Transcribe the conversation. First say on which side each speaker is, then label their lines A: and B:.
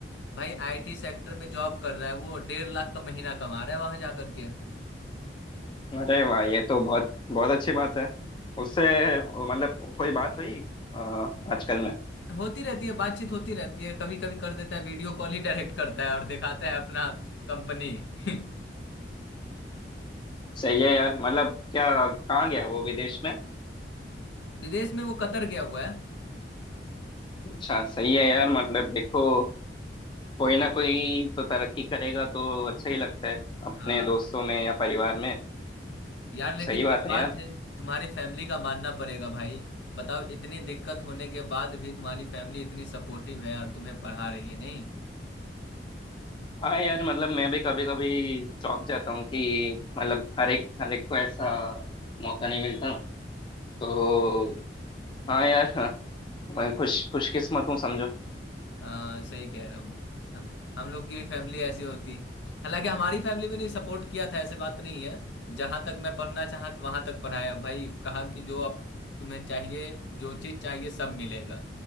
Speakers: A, on the left; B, on the left.
A: भाई आईटी सेक्टर में जॉब कर रहा है वो डेढ़ लाख का महीना कमा रहा है वहां जा करके
B: अरे वाह ये तो बहुत बहुत अच्छी बात है उससे मतलब कोई बात हुई अ, आजकल में
A: होती रहती है बातचीत होती रहती है कभी कभी कर देता है वीडियो कॉल ही डायरेक्ट करता है और दिखाता है अपना कंपनी <laughs>
B: सही है यार मतलब क्या कहाँ गया वो विदेश में
A: विदेश में वो कतर गया हुआ है
B: अच्छा सही है यार मतलब देखो कोई ना कोई तो तरक्की करेगा तो अच्छा ही लगता है
A: हाँ
B: अपने दोस्तों में या परिवार में
A: यार लेकिन
B: सही बात
A: एक
B: है
A: बात
B: यार
A: है तुम्हारी फैमिली का मानना पड़ेगा भाई बताओ इतनी दिक्कत होने के बाद भी तुम्हारी फैमिली इतनी सपोर्टिव है और तुम्हें पढ़ा रही है नहीं
B: हाँ यार मतलब मैं भी कभी कभी चौंक जाता हूँ कि मतलब हर एक हर एक को ऐसा मौका नहीं मिलता तो हाँ यार हाँ मैं खुश खुशकिस्मत हूँ समझो
A: हाँ सही कह रहे हो हम हम लोग की भी फैमिली ऐसी होती हालांकि हमारी फैमिली में भी सपोर्ट किया था ऐसे बात नहीं है जहां तक मैं पढ़ना चाहा वहां तक पढ़ाया भाई कहा कि जो आप तुम्हें चाहिए जो चीज चाहिए सब मिलेगा